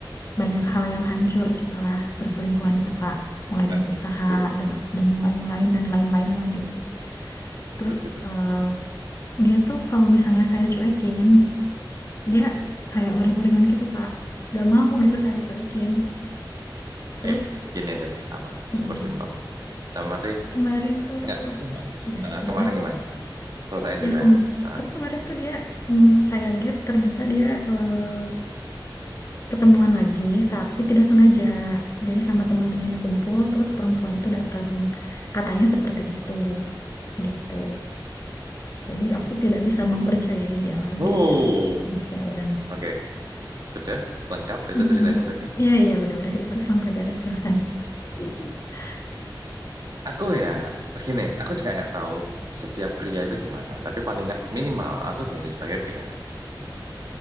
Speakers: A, on the left; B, on the right.
A: banyak hal yang hancur setelah perselingkuhan itu Kak. Mulai
B: Eh,
A: dari usaha
B: bullshit,
A: dan dan lain-lain dan lain-lain lah gitu. Terus
B: bullshit.
A: eh, dia tuh kalau misalnya saya cuekin, dia kayak uring-uringan gitu Kak. Gak mau gitu saya cuekin. Terus
B: Eh, gini aja sama
A: mm,
B: super simpel. Tamatnya
A: kemarin tuh
B: enggak cuma.
A: ya
B: Nah,
A: gimana?
B: kemarin gimana? Selesain
A: Ya,
B: dulu
A: kem-
B: ya, Mas. Hah?
A: terus kemarin tuh dia mm, saya gap ternyata dia eh, ketemuan lagi tapi tidak sengaja. Jadi sama teman-temannya kumpul terus perempuan itu datang. Katanya seperti itu. Gitu. Jadi aku tidak bisa mempercayai dia lagi
B: Uh.
A: sih 100%.
B: Oke, Sudah lengkap itu
A: Mm-mm.
B: ceritanya berarti.
A: Iya iya udah udah itu sampai beres silahkan. <laughs>
B: Aku ya, gini, aku juga nggak tahu setiap pria itu gimana. Tapi paling nggak minimal aku sendiri sebagai pria.